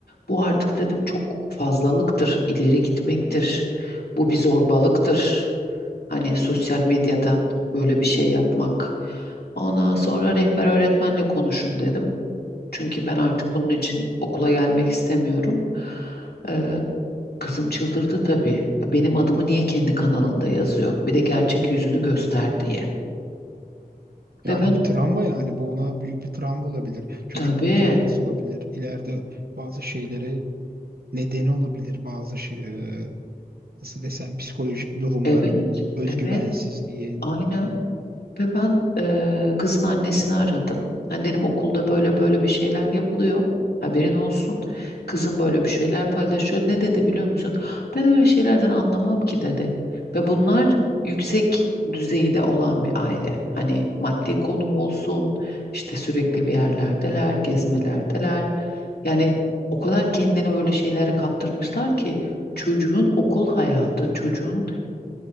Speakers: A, on the left (about 85°); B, on the right (about 75°).
A: bu artık dedim çok fazlalıktır, ileri gitmektir. Bu bir zorbalıktır. Hani sosyal medyadan böyle bir şey yapmak. Ondan sonra rehber öğretmenle konuşun dedim. Çünkü ben artık bunun için okula gelmek istemiyorum. Ee, kızım çıldırdı tabii. Benim adımı niye kendi kanalında yazıyor? Bir de gerçek yüzünü göster diye.
B: Yani
A: Ve ben
B: bir travma yani bu ona büyük bir travma olabilir. Çocukluk
A: tabii
B: travması olabilir. İleride bazı şeylere neden olabilir. Bazı şey, e, nasıl desem psikolojik durumların,
A: evet
B: özgüvensizliğin.
A: evet aynen Ve ben eee, kızın annesini aradım. Hani dedim okulda böyle böyle bir şeyler yapılıyor. Haberin olsun. Kızım böyle bir şeyler paylaşıyor. Ne dedi biliyor musun? Ben öyle şeylerden anlamam ki dedi. Ve bunlar yüksek düzeyde olan bir aile. Hani maddi konum olsun, işte sürekli bir yerlerdeler, gezmelerdeler. Yani o kadar kendini öyle şeylere kaptırmışlar ki çocuğun okul hayatı, çocuğun